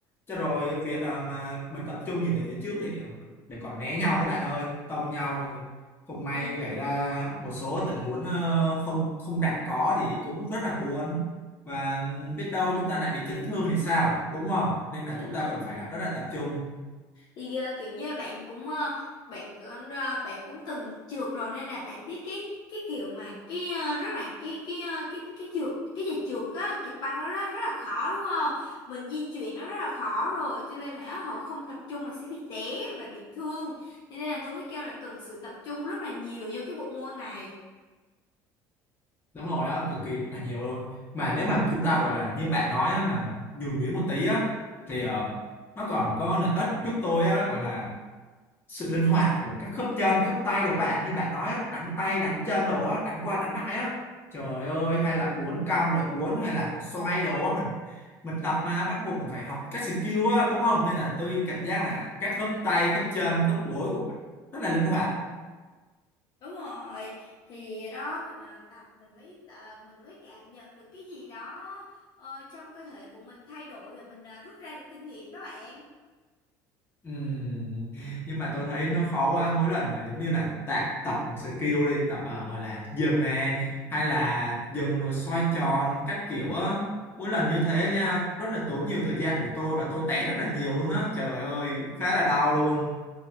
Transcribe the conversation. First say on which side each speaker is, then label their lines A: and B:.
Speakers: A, on the left; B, on the left.
A: cho rồi việc à, mà mình tập trung nhìn về phía trước thì ờ, để còn né nhau đó bạn ơi tông nhau không may
B: Thì
A: gãy ra một số tình huống ờ, không không đạt có thì cũng rất là buồn và ừm, biết đâu chúng ta lại bị chấn thương thì sao đúng không nên là
B: đúng
A: chúng ta
B: rồi
A: cần phải là rất là tập trung
B: thì ờ, kiểu như là bạn cũng ờ, bạn ờ, ờ, bạn cũng từng trượt rồi nên là bạn biết cái cái kiểu mà cái ờ, rất là cái cái ờ, cái cái trượt cái gì trượt á trượt băng đó rất, rất là khó đúng không mình di chuyển nó rất là khó rồi cho nên là họ không tập trung là sẽ bị té và bị thương cho nên là tôi mới kêu là cần sự tập trung rất là nhiều vô cái bộ môn này
A: đúng rồi đó cực kỳ là nhiều luôn mà nếu mà chúng ta gọi là như bạn nói á, mà nhường nhuyễn một tí á thì ờ, nó còn có lợi ích giúp tôi á gọi là sự linh hoạt của các khớp chân khớp tay đó bạn như bạn nói á, đánh tay đánh chân đó đánh qua đánh lại á trời ơi hay là uốn cong rồi uốn hay là mình xoay đồ mình mình tập mà bắt buộc mình phải học các skill á đúng không nên là tôi cảm giác là các khớp tay khớp chân khớp gối của mình rất là linh hoạt
B: Đúng rồi, thì đó mình ờ, tập mình mới tờ, mình mới cảm nhận được cái gì đó ờ, trong cơ thể của mình thay đổi và mình ờ, rút ra được kinh nghiệm đó bạn.
A: Ừm, nhưng mà tôi thấy nó khó qua mỗi lần mà giống như là tập tập một skill đi tập à, gọi là dừng nè hay là dừng rồi xoay tròn các kiểu á mỗi lần như thế nha rất là tốn nhiều thời gian của tôi và tôi té rất là nhiều luôn á trời ơi khá là đau luôn